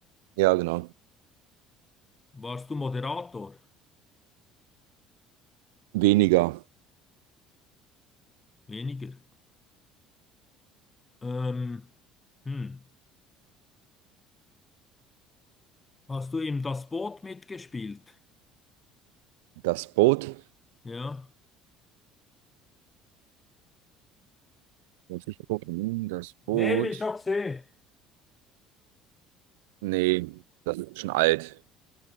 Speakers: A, on the right; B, on the left.
A: Ja, genau.
B: Warst du Moderator?
A: Weniger
B: Weniger. Ähm, hm. Hast du im Das Boot mitgespielt?
A: das Boot.
B: Ja.
A: Muss ich gucken. Hm, Das Boot.
B: Nee, bin ich auch gesehen.
A: Nee, das ist schon alt.